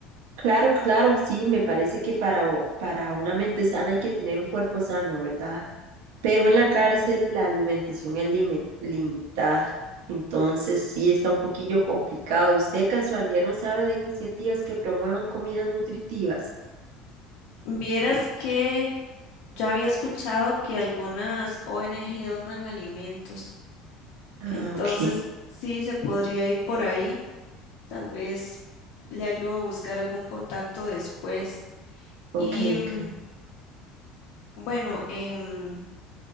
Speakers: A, on the right (about 85°); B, on the left (about 70°).
A: Claro, claro, sí, me parece que para, o- para una mente sana hay que tener un cuerpo sano, ¿verdad? Pero
B: Ujú.
A: en la cárcel la alimentación es limi- limitada, entonces sí está un poquillo complicado. ¿Usted de casualidad no sabe de iniciativas que promuevan comidas nutritivas?
B: Vieras que yo había escuchado que algunas ONG donan alimentos,
A: Ah,
B: entonces
A: ok,
B: sí se podría ir por ahí, tal vez le ayudo a buscar algún contacto después.
A: ok,
B: Y mm,
A: ok.
B: bueno, em,